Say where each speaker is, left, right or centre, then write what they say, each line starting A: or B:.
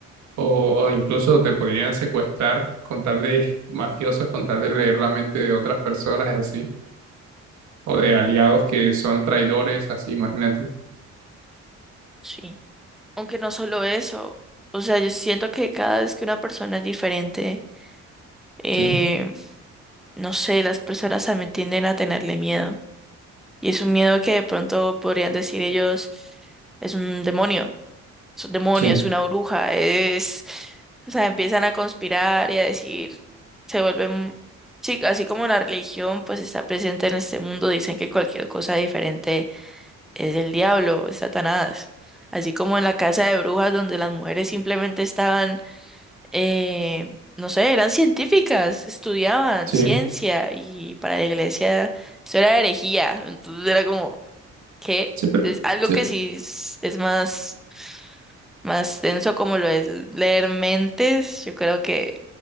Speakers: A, on the right; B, in the centre.
A: o, o incluso te podrían secuestrar con tal de <laughs> mafiosos, con tal de leer la mente de otras personas, así, o de aliados que son traidores, así, imagínate.
B: Sí. Aunque no solo eso, o sea, yo siento que cada vez que una persona es diferente, eh,
A: Sí,
B: no sé, las personas también tienden a tenerle miedo. Y es un miedo que de pronto podrían decir ellos, es un demonio, es un demonio,
A: sí,
B: es una bruja, es... O sea, empiezan a conspirar y a decir, se vuelven... Sí, así como la religión pues está presente en este mundo, dicen que cualquier cosa diferente es el diablo, es Satanás. Así como en la casa de brujas donde las mujeres simplemente estaban eh, no sé, eran científicas, estudiaban
A: sí,
B: ciencia y para la iglesia eso era herejía, entonces era como que
A: sí, pero,
B: es algo
A: sí,
B: que sí es, es más, más denso como lo es leer mentes, yo creo que,